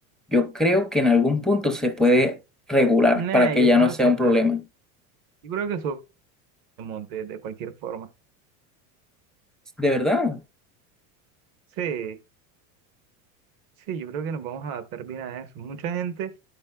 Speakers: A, in the centre; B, on the right.
A: yo creo que en algún punto se puede regular
B: nah,
A: para que
B: yo
A: ya
B: creo
A: no sea
B: que
A: un problema.
B: sí, yo creo que somos de, de cualquier forma.
A: De verdad.
B: Sí, sí, yo creo que nos vamos a adaptar bien a eso. Mucha gente,